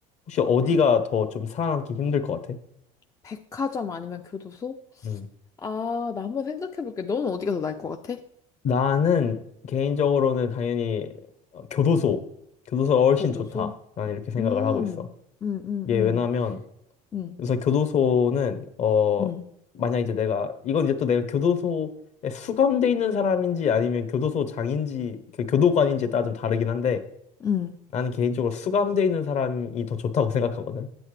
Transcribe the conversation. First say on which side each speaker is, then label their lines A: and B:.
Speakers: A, on the left (about 40°); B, on the left (about 20°).
A: 혹시 어디가
B: 백,
A: 더 좀 살아남기 힘들 것 같아?
B: 백화점 아니면 교도소?
A: 음.
B: 아, 나 한번 생각해 볼게. 너는 어디가 더 나을 것 같아?
A: 나는 개인적으로는 당연히 어, 교도소. 교도소가 훨씬
B: 교도소?
A: 좋다. 난 이렇게 생각을
B: 음,
A: 하고 있어.
B: 음, 음,
A: 이게
B: 음,
A: 왜냐면
B: 음,
A: 그래서 교도소는 어
B: 음,
A: 만약 이제 내가 이건 이제 또 내가 교도소에 수감돼 있는 사람인지 아니면 교도소장인지 그 교도관인지에 따라 좀 다르긴 한데
B: 음.
A: 나는 개인적으로 수감돼 있는 사람이 더 좋다고 생각하거든.